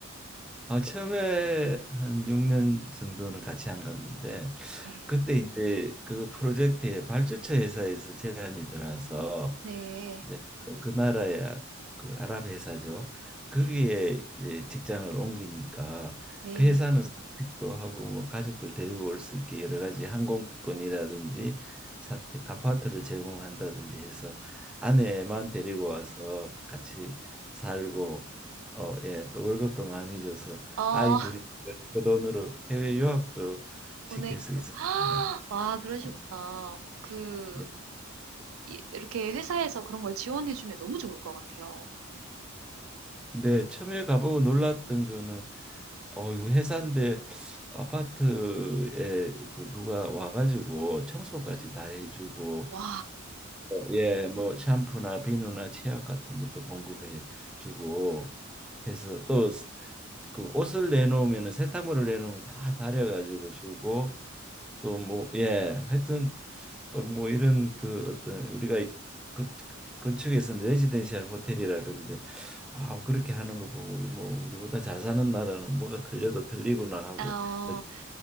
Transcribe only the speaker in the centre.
아, 처음에 한 6년 정도는 같이 안 갔는데
그때 이제 그 프로젝트에 발주처 회사에서 제안이 들어와서
이제 그 나라야 그 아랍 회사죠. 거기에
이제 직장을 옮기니까
그 회사는 사택도 하고 뭐 가족들 데리고 올 수 있게 여러 가지 항공권이라든지 사택 아파트를 제공한다든지 해서 아내만 데리고 와서 같이 살고 어, 예, 또 월급도 많이 줘서
아이
둘이 그 돈으로 해외 유학도
시킬 수 있었습니다.
네.
네,
네, 처음에 가보고 놀랐던 거는 어, 이거 회사인데 아파트에 그 누가 와가지고 청소까지 다 해주고
예, 뭐 샴푸나 비누나 치약 같은 것도 공급해주고 해서 또 그 옷을 내놓으면 세탁물을 내놓으면 다 다려가지고 주고 또 뭐 예 하여튼 어, 뭐 이런 그 어떤 우리가 이- 그- 건축에서는 레지덴셜 호텔이라 그러는데 아 그렇게 하는 거 보고 뭐 우리보다 잘 사는 나라는 뭐가 틀려도 틀리구나 하고
느끼